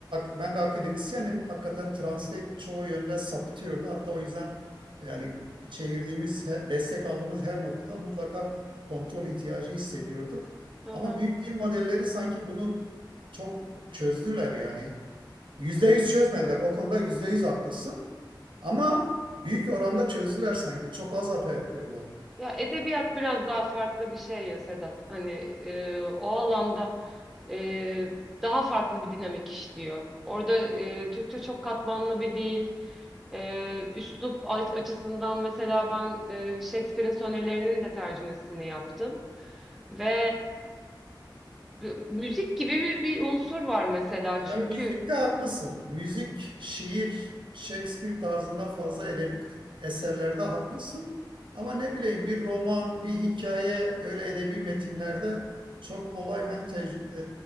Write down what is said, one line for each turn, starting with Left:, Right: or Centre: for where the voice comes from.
Right: ben de akademisyenim. Hakikaten translate çoğu yönde saptıyordu. Hatta o yüzden yani çevirdiğimiz, destek aldığımız her noktada mutlaka kontrol ihtiyacı hissediyorduk.
Centre: Hı
Right: Ama
Centre: hı.
Right: büyük dil modelleri sanki bunu çok çözdüler yani. Yüzde yüz çözmediler. O konuda yüzde yüz haklısın. Ama büyük oranda çözdüler sanki. Çok az hata yapıyorlar.
Centre: Ya edebiyat biraz daha farklı bir şey ya Sedat. Hani e, o alanda e, daha farklı bir dinamik işliyor. Orada e, Türkçe çok katmanlı bir dil. E, üslup a- açısından mesela ben e, Shakespeare'in sonelerinin de tercümesini yaptım. Ve e, müzik gibi bir, bir unsur var mesela.
Right: Ya
Centre: Çünkü
Right: müzikte haklısın. Müzik, şiir, Shakespeare tarzında fazla edebi eserlerde haklısın. Ama ne bileyim bir roman, bir hikaye öyle edebi metinlerde çok kolay ben tec-